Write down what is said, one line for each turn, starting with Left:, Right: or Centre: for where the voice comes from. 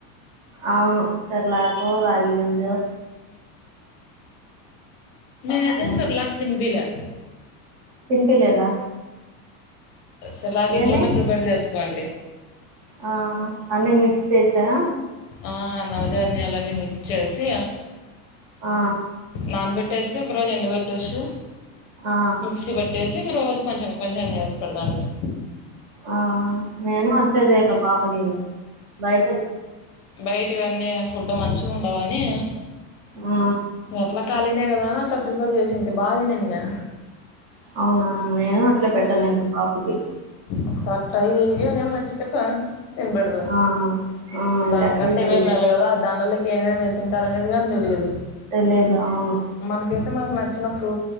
Right: అవును సెరెలాక, రాగిగంజు.
Left: నేనైతే
Right: ఉమ్
Left: సెర్లాక్ తిన్పియలె.
Right: తినిపిలేదా
Left: సెర్లాక్ ఇంట్లోనే
Right: ఏమి
Left: ప్రిపేర్ చేసుకోండి.
Right: ఆ అన్నీ మిక్స్ చేసా
Left: ఆ నవధాన్యాలన్నీ మిక్స్ చేసి
Right: ఆ
Left: నానబెట్టేసి ఒకరోజు ఎండ పెట్టేసి
Right: ఆ
Left: మిక్సీ పెట్టేసి ఇంక రోజు కొంచెం కొంచెం చేసిపడుద అంటే
Right: ఆ నేను అంతే చెయ్యాలా పాపకి బయట
Left: బయటి ఇవన్నీ ఫుడ్ మంచిగా ఉండవని
Right: ఆ
Left: ఎట్లా ఖాళీనే కదా అని అట్లా ప్రిఫర్ చేసింటి బా తినింది
Right: అవునా నేను అట్లే పెట్టను ఇంకా పాపకి
Left: ఒకసారి ట్రై చెయ్యి ఒకవేళ నచ్చితే తినబెడదు
Right: ఆ ఆ ఇంక
Left: దానికంటే
Right: అట్లే చేయలే
Left: ఇవే మేలు కదా ఆ దాని వల్ల ఏమేమి వేసింటారు అనేది గాని తెలియదు.
Right: తెలిదు అవును
Left: మనకైతే మనకు నచ్చిన ఫ్రూ